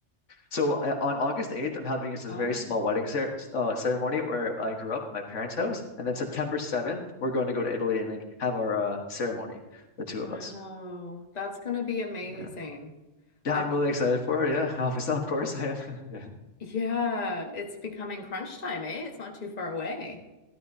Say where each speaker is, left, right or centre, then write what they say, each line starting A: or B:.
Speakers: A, on the left; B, on the left.
A: So uh, on August 8th, I'm having just a
B: August.
A: very small wedding cer uh, ceremony where I grew up, my parents' house, and then September 7th, we're going to go to Italy and like, have our uh, ceremony, the two
B: Wow,
A: of us.
B: that's gonna be amazing.
A: Yeah. Yeah,
B: I've,
A: I'm really excited for it. Yeah, <laughs> obviously, of course I am. <laughs> Yeah.
B: yeah, it's becoming crunch time, eh? It's not too far away.